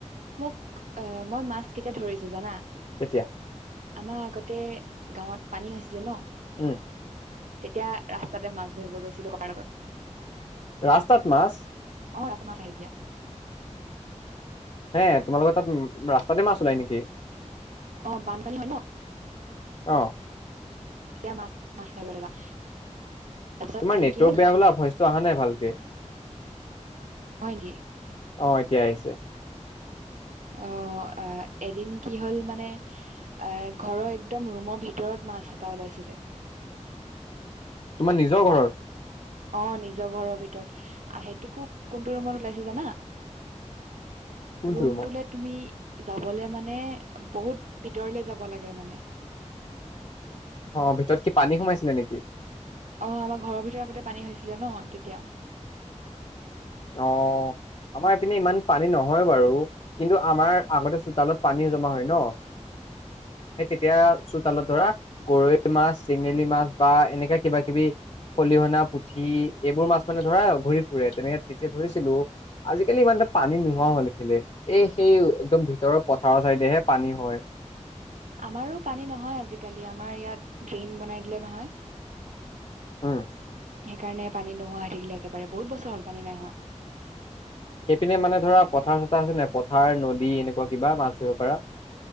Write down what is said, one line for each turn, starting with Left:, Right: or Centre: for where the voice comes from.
Right: মোক, মই মাছ কেতিয়া ধৰিছো জানা?
Left: তেতিয়া
Right: আমাৰ আগতে গাঁওত পানী হৈছিলে ন'!
Left: উম।
Right: তেতিয়া ৰাস্তাতে মাছ ধৰিব গৈছিলো ককাৰ লগত।
Left: ৰাস্তাত মাছ?
Right: অ', ৰাস্তাত মাছ আহে তেতিয়া।
Left: হে তোমালোকৰ তাত ৰাস্তাতে মাছ ওলাই নেকি?
Right: অ', বানপানী হয়, ন'!
Left: অ'।
Right: তেতিয়া মাছ মাছ ধৰিবলৈ যাওঁ। তাৰপিছত
Left: তোমাৰ
Right: এদিন
Left: নেটৱৰ্ক
Right: কি হ'ল
Left: বেয়া হবলা ভইচটো অহা নাই ভালকে।
Right: হয়, নেকি?
Left: অ', এতিয়া আহিছে।
Right: অ', আ এদিন কি হ'ল মানে। এ ঘৰৰ একদম ৰুমৰ ভিতৰত মাছ এটা ওলাইছিলে।
Left: তোমাৰ নিজৰ ঘৰত?
Right: অ', নিজৰ ঘৰৰ ভিতৰত আহ, সেইটোকো কোনটো ৰুমত ওলাইছে জানা?
Left: কোনটো
Right: ৰুমটোলে
Left: ৰুমত
Right: তুমি যাবলে মানে বহুত ভিতৰলে যাব লাগে মানে।
Left: অ', ভিতৰত কি পানী সোমাইছিলে নেকি?
Right: অ', আমাৰ ঘৰৰ ভিতৰত আগতে পানী হৈছিলে ন' তেতিয়া। <inaudible>
Left: অ আমাৰ ইপিনে ইমান পানী নহয় বাৰু কিন্তু, আমাৰ আগতে চোতালত পানীও জমা হয়, ন'!
Right: <inaudible>
Left: সেই তেতিয়া চোতালত ধৰা গৰৈ মাছ, চেঙেলী মাছ, বা এনেকা কিবা কিবি খলিহনা পুঠি এইবোৰ মাছ মানে ধৰা ঘূৰি ফুৰে তেনেকে তেতিয়া ধৰিছিলো। আজিকালি ইমান এটা পানী নোহোৱা হ'ল এইফালে। এই সেই একদম ভিতৰৰ পথাৰৰ চাইডেহে পানী হয়।
Right: আমাৰো পানী নহয় আজিকালি, আমাৰ ইয়াত ড্ৰেইন বনাই দিলে নহয়।
Left: উম।
Right: সেইকাৰণে পানী নোহোৱা থাকিলে, একেবাৰে বহুত বছৰ হ'ল পানী নাই হোৱা।
Left: সেইপিনে মানে ধৰা পথাৰ-চথাৰ আছে নে পথাৰ নদী এনেকুৱা কিবা মাছ ধৰিব পৰা?